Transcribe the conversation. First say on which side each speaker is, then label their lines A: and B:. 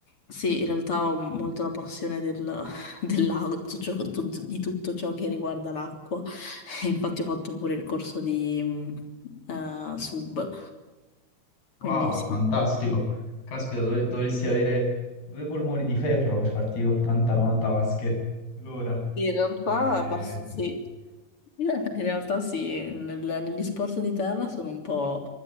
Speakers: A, on the left; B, on the left.
A: sì, in realtà ho molto la passione del, <laughs> dell'acqua, di ciò- di tutto ciò che riguarda l'acqua. <laughs> E Infatti ho fatto pure il corso di mm, eh, sub, quindi
B: Wow,
A: sì.
B: fantastico. Caspita, dovre- dovresti avere due polmoni di ferro per farti 80-90 vasche l'ora.
A: Sì, In realtà,
B: Eh,
A: basta, sì. <laughs> In realtà sì, nel- negli sport di terra sono un po'